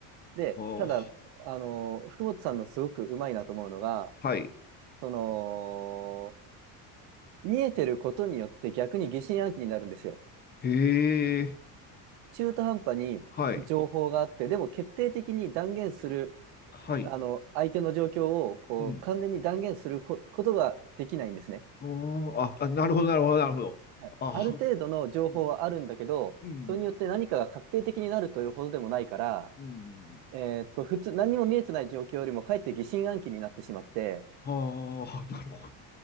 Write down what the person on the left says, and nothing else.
ああ、
はい。
へえ。
はい。
はい。
うん。うーん。あ、あ、なるほど、なるほど、なるほど。
ああ、
うん。うん。
うん。
はあ、なるほど。